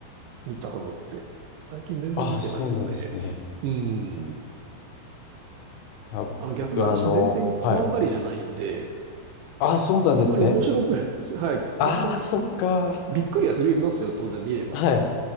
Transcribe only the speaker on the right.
見たのって。最近全然見てないですね。
うん。
あの逆に私全然怖がりじゃないんで、
あんまり面白くない。<laughs> はい。
あんま
びっくりはするますよ、当然見れば。